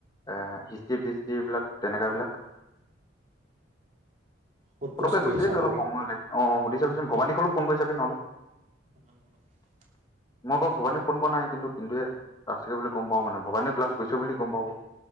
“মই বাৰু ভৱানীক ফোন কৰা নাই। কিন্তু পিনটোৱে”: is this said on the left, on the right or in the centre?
Left